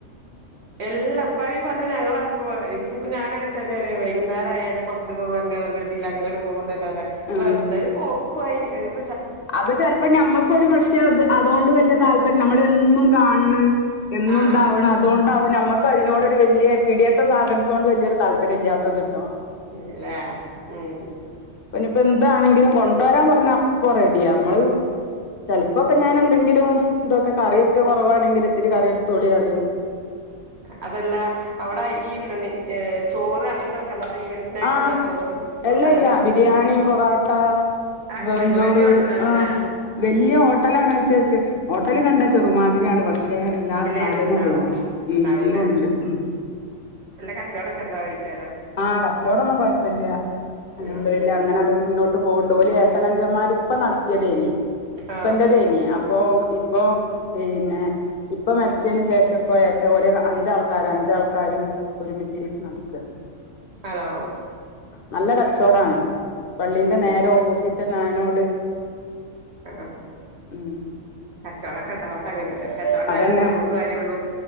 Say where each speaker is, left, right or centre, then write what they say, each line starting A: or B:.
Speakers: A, on the right; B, on the left.
A: എല്ല ഇപ്പ ഈ പറഞ്ഞ ഞങ്ങളട പോവാറായി ഞാൻ അകത്തു തന്നെയാണ് ഇവൻ എന്ത്‌ന്നായാലും പുറത്ത് പോ രതിൽ അങ്ങനെയാണ് പോകുന്നത്
B: ഉം
A: വെറുതെരു പോ കുായി <unintelligible>
B: അത് ചിലപ്പോ നമ്മുക്കൊരു പക്ഷെ അത് അതൊണ്ട് വലിയ താല്പര്യം നമ്മ- എന്നും കാണണ് എന്നും
A: ആഹ്
B: ഇതാവണം അതുകൊണ്ടാവും നമ്മൾ- നമ അതിനോടൊരു വലിയ പിടിയത്തെ സാധനത്തോണ്ട് വലിയൊരു താല്പര്യം ഇല്ലാത്തത് കേട്ടോ
A: അല്ലല ഉം
B: പിന്നെ ഇപ്പൊ എന്ത്‌ ആണെങ്കിലും കൊണ്ടുവരാൻ പറഞ്ഞാ - ഇപ്പൊ റെഡിയ നമ്മൾ ചിലപ്പോക്കെ ഞാൻ എന്തെങ്കിലും ഇതൊക്കെ കറിയോക്കെ കുറവാണെങ്കിൽ- ഒത്തിരി കറി എടുത്തു തൊളി അറിയൂ
A: അതല്ല അവിടെ ഈ എന്ത ഏ ചോറ് അങ്ങനത്തെ- ഒക്കെ ഉണ്ടോ അതോ ഈവനിംഗ് സ്നാക്സ്
B: ആ
A: മാത്രേ ഉള്ളൂ
B: എല്ലല്ലാ
A: ഒക്കെ ഉണ്ടല്ലേ
B: ബിരിയാണി പൊറോട്ട
A: ആ ഒക്കെ
B: വെരും
A: ഉണ്ട്
B: ചോറ്
A: വലിയ ഹോട്ടലാവൂലേ
B: ആ വലിയ ഹോട്ടലാണ വെച്ചച്ച ഹോട്ടല് കണ്ട ചെറുമാതിരിയാണ് പക്ഷെ എല്ലാ
A: ഇല്ല
B: സാധനവും
A: ഇത് ഉണ്ടാവും
B: ഉള്ളതാണ് ഉം
A: ഉണ്ടാവും
B: എല്ലോം
A: ഇല്ലേ
B: ഉണ്ട് ഉം
A: കച്ചവടൊക്കെ ഉണ്ടാവും ഇക്കാരം
B: ആഹ് കച്ചവടംന്നും കൊഴപ്പമില്ല അത്
A: ഉം
B: എന്തര് അല്ലേ അങ്ങനെ അത് മുന്നോട്ട് പോകുണ്ട് ഏട്ടഅനി യൻമ്മാരെ ഇപ്പ നടത്തിയതേയുള്ളൂ
A: ആഹ്
B: ഇപ്പറ <unintelligible> തേന അപ്പൊ ഇ ഇപ്പം പിന്നെ ഉപ്പ മരിച്ചതിനന് ശേഷം ഇപ്പോ എട്ട പോലി അഞ്ച് ആൾക്ക- അവര് അഞ്ചാൾക്കാരും ഒരുമിച്ച് നടത്തു വാ
A: ഹലോ
B: നല്ല കച്ചോടാണ് പള്ളിന്റെ നേരെ ഓപ്പോസിറ്റ് തന്നെ ആയനോട്
A: ആ
B: ഉം
A: കച്ചോടൊക്കെ ഉണ്ടാവട്ടെ അങ്ങനെ അതെ കച്ചവടം ഉണ്ടായിട്ടെ
B: അതന്നെ
A: നമ്മുക്കും കാര്യം ഉള്ളൂ